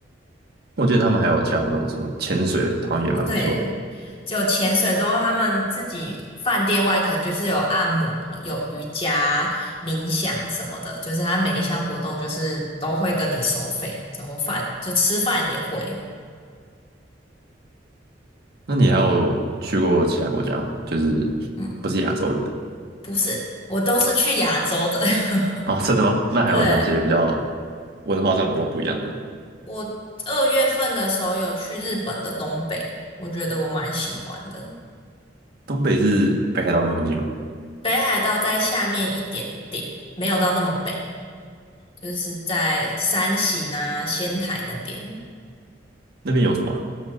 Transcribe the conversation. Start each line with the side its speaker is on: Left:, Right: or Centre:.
Right: 我记得他们还有其他活动，什么潜水，好像也蛮不错的。
Left: 对，就潜水之后，他们自己饭店外可能就是有按摩、有瑜伽、冥想什么的，就是他每一项活动就是都会跟你收费，之后饭就吃饭也会。
Right: 那你还有去过其他国家吗？就是
Left: 嗯，
Right: 不是亚洲的？
Left: 不是，我都是去亚洲的。<laughs>
Right: 哦，真的吗？那还有哪些比较
Left: 对，
Right: 文化上比较不一样的？
Left: 我二月份的时候有去日本的东北，我觉得我蛮喜欢的。
Right: 东北是北海道那附近吗？
Left: 北海道在下面一点点，没有到那么北，就是在山形啊、仙台那边。
Right: 那边有什么啊